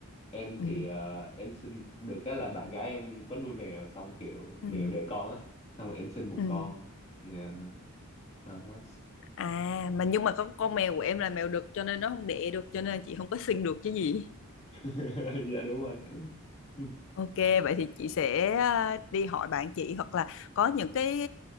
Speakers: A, on the left; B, on the left.
A: em thì
B: ừ,
A: ờ, em xin được cái là bạn gái em có nuôi mèo xong kiểu
B: ừ,
A: mèo đẻ con á xong rồi em xin một
B: ừ.
A: con Dạ, đó
B: à mà nhưng mà con con mèo của em là mèo đực cho nên nó không đẻ được cho nên chị không có xin được chứ gì
A: <laughs> dạ đúng rồi <laughs>
B: Ok, vậy thì chị sẽ ờ, đi hỏi bạn chị hoặc là có những cái